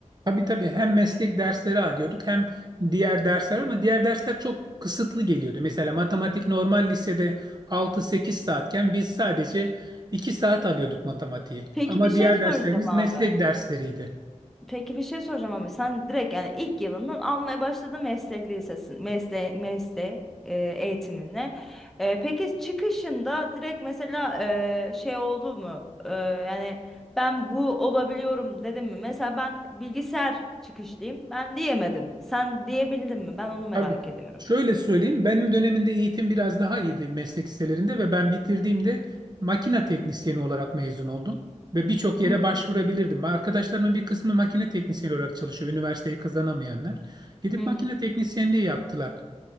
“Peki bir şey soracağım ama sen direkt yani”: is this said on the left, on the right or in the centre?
Centre